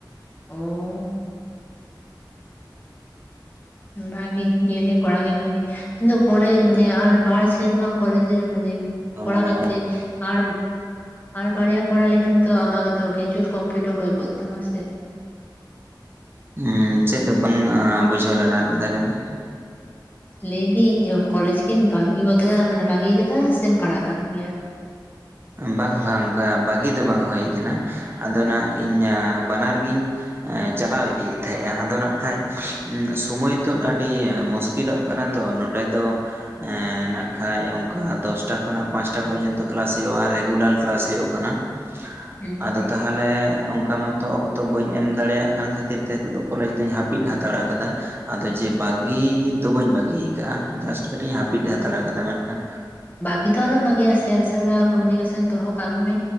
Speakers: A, on the left (about 25°); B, on the right (about 30°).
A: ᱚ ᱵᱷᱟᱜᱮ ᱰᱤᱭᱮᱞᱮ ᱠᱚᱲᱟ ᱜᱮ ᱵᱷᱟᱜᱮ᱾ ᱤᱧ ᱫᱚ ᱠᱚᱞᱮᱡᱽ ᱢᱟᱱᱮ ᱟᱨ ᱵᱟᱨ ᱥᱮᱨᱢᱟ ᱠᱚᱞᱡᱽ ᱨᱮ ᱢᱟᱱᱮ ᱠᱚᱲᱟ
B: ᱢᱟᱱᱮ
A: ᱠᱟᱛᱮ, ᱟᱨ ᱟᱨ ᱵᱟᱨᱭᱟ ᱠᱚᱨᱟᱣ ᱞᱮᱠᱷᱟᱱ ᱛᱚ ᱟᱢᱟᱜ ᱜᱮ ᱛᱚ ᱜᱨᱡᱩᱮᱴ ᱠᱚᱢᱯᱞᱤᱴ ᱦᱚᱸ ᱦᱩᱭ ᱠᱚᱛᱟᱢᱟ ᱥᱮ᱾
B: ᱦᱩᱸ ᱪᱮᱫ ᱵᱟᱝ ᱵᱩᱡᱷᱟᱹᱣ ᱞᱮᱱᱟ ᱟᱨ ᱢᱤᱫ ᱫᱷᱟᱣ ᱞᱮᱭ ᱢᱮ
A: ᱞᱮᱭ ᱫᱟᱹᱧ ᱤᱧ ᱠᱚᱞᱮᱡᱽ ᱠᱤᱢ ᱵᱟᱹᱜᱤ ᱠᱚᱫᱟ ᱢᱟᱱᱮ ᱵᱟᱹᱜᱤᱭᱟ ᱠᱟᱫᱟ ᱥᱮᱢ ᱯᱟᱲᱦᱟᱜ ᱠᱟᱱ ᱜᱮᱭᱟ ᱮᱠᱷᱚᱱ?
B: ᱵᱟᱝ ᱵᱟᱝ ᱚᱱᱠᱟ ᱵᱷᱟᱹᱜᱤ ᱫᱚ ᱵᱟᱝ ᱦᱩᱭ ᱟ ᱠᱟᱱᱟ᱾ ᱟᱫᱚ ᱚᱱᱟ ᱤᱧᱟᱜ ᱵᱟᱱᱟᱨ ᱜᱤᱧ, ᱪᱟᱞᱟᱣ ᱤᱫᱤᱭᱮᱫ ᱛᱟᱦᱮᱸᱜᱼᱟ ᱟᱫᱚ ᱱᱟᱜ ᱠᱷᱟᱱᱡ ᱥᱚᱢᱚᱭ ᱱᱤᱛ ᱟᱹᱰᱤ ᱢᱩᱥᱠᱤᱞᱚᱜ ᱠᱟᱱᱟ ᱛᱚ ᱱᱚᱰᱮ ᱫᱚ ᱮ ᱱᱟᱜ ᱠᱷᱟᱱᱡ ᱚᱱᱠᱟ ᱫᱚᱥᱴᱟ ᱠᱷᱚᱱᱟᱜ ᱯᱟᱸᱪᱴᱟ ᱯᱚᱨᱡᱚᱱᱛᱚ ᱠᱞᱟᱥ ᱦᱩᱭᱩᱜᱼᱟ ᱨᱮᱜᱩᱞᱟᱨ ᱠᱞᱟᱥ ᱦᱩᱭᱩᱜ ᱠᱟᱱᱟ᱾ᱟᱫ
A: ᱦᱩᱸ
B: ᱛᱟᱦᱟᱞᱮ ᱚᱱᱠᱟ ᱢᱚᱛᱚ ᱚᱠᱛᱚ ᱵᱟᱹᱧ ᱮᱢ ᱫᱟᱲᱮᱭᱟᱜ ᱠᱟᱱ ᱠᱷᱟᱹᱛᱤᱨ ᱛᱮ ᱱᱤᱛᱚᱜ ᱫᱚ ᱠᱚᱞᱮᱡᱽ ᱫᱚᱧ ᱦᱟᱹᱯᱤᱫ ᱦᱟᱛᱟᱲ ᱟᱠᱟᱫᱟ᱾ ᱟᱫᱚ ᱡᱮ ᱵᱟᱹᱜᱤ ᱫᱚ ᱵᱟᱹᱧ ᱵᱟᱹᱜᱤᱭᱟ ᱟᱠᱟᱜᱼᱟ ᱡᱟᱥᱴ᱾ ᱠᱟᱹᱴᱤᱡ ᱤᱧ ᱦᱟᱹᱯᱤᱫ ᱦᱟᱛᱟᱲ ᱠᱟᱫᱟ ᱢᱮᱱᱠᱷᱟᱱ᱾
A: ᱦᱤᱛ ᱦᱚ ᱟᱞᱚᱢ ᱵᱟᱹᱜᱤᱭᱟ ᱥᱮᱨ ᱥᱟᱞᱟᱜ ᱠᱚᱢᱤᱱᱤᱠᱮᱥᱚᱱ ᱫᱚᱦᱚ ᱠᱟᱜ ᱢᱮ᱾